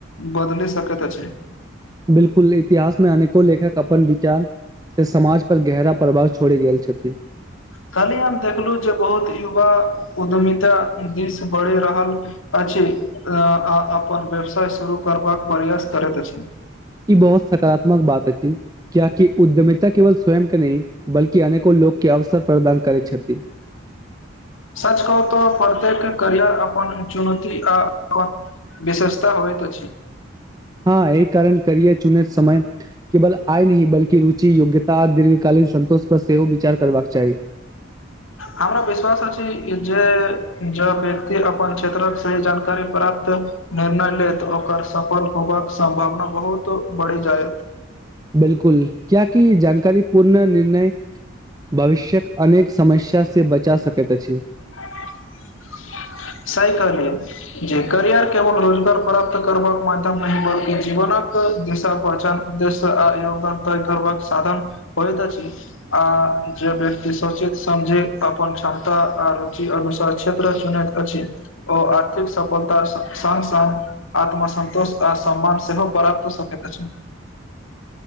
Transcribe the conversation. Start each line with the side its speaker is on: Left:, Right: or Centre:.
Left: बदलि सकैत अछि
Right: बिल्कुल इतिहासमे अनेको लेखक अपन विचार से समाज पर गहरा प्रवाह छोड़ि गेल छथि
Left: काल्हि हम देखलू जे बहुत युवा उद्यमिता दिस बढ़ि रहल अ आ आ अपन व्यवसाय शुरू करबाक प्रयास करैत अछि
Right: ई बहुत सकारात्मक बात अछि कियाकि उद्यमिता केवल स्वयं के नहि बल्कि आने को ल लोकके अवसर प्रदान करैत छथि
Left: सच कहू तऽ प्रत्येक करियर अपन चुनौती आ अपन विशेषता होइ होइत अछि
Right: हाँ यहि कारण करियैर चुने समय केवल आय नहि बल्कि रुचि योग्यता आ दीर्घकाल सन्तोष पर सेहो विचार करबाक चाही
Left: हमरा विश्वास अछि जे जब व्यक्ति अपन क्षेत्रक सही जानकारी प्राप्त निर्णय लेत ओकर सफल होबाक सम्भावना बहुत बढ़ि जायत
Right: बिल्कुल कियाकी जानकारी पूर्ण निर्णय भविष्यक अनेक समस्यासे बचा सकैत अछि
Left: <unintelligible> सही कहलिय जे करियर केवल रोजगार प्राप्त करबाक माध्यम नहि बल्कि जीवनक देशक पहचान उदे्दय आ योगदान तय करबाक साधन होइत अछि आ जे व्यक्ति सोचे समझे अपन क्षमता आ रुचि अनुसार क्षेत्र चुनैत अछि ओ आर्थिक सफलता संग संगसाथ आत्मसन्तोष आ सम्मान सेहो प्राप्त हो सकैत अछि